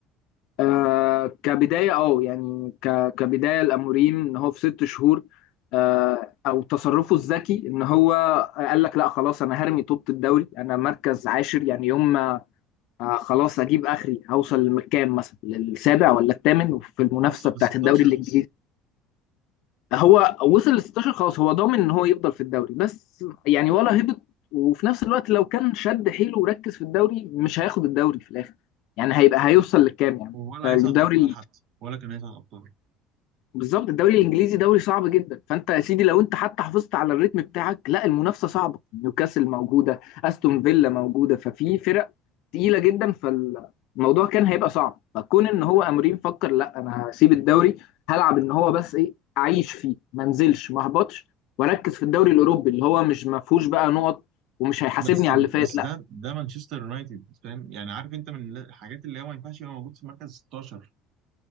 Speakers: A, on the left; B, on the right.
A: آه كبدايه اه يعني ك كبدايه الاموريم ان هو في ست شهور آه او تصرفه الذكي ان هو قال لك لا خلاص انا هرمي طوبة الدوري انا مركز عاشر يعني يوم ما آه خلاص اجيب اخري هوصل للكام مثلا للسابع ولا الثامن في المنافسه
B: هوصل
A: بتاعت
B: ل 16
A: الدوري الانجليزي هو وصل ل 16 خلاص هو ضامن ان هو يفضل في الدوري بس يعني ولا هبط وفي نفس الوقت لو كان شد حيله وركز في الدوري مش هياخد الدوري في الاخر يعني هيبقى هيوصل للكام يعني
B: ولا
A: فالدوري
B: هيصعد الابطال حتى ولا كان هيصعد الابطال
A: بالظبط الدوري الانجليزي دوري صعب جدا فانت يا سيدي لو انت حتى حافظت على الريتم بتاعك لا المنافسه صعبه نيوكاسل موجوده استون فيلا موجوده ففي فرق تقيله جدا فالموضوع كان هيبقى صعب فكون ان هو امرين فكر لا انا هسيب الدوري هلعب ان هو بس ايه اعيش فيه ما انزلش ما اهبطش واركز في الدوري الاوروبي اللي هو مش ما فيهوش بقى نقط ومش هيحاسبني
B: بس ال...
A: على اللي
B: بس
A: فات لا
B: ده ده مانشستر يونايتد فاهم يعني عارف انت من الحاجات اللي هو ما ينفعش يبقى موجود في مركز 16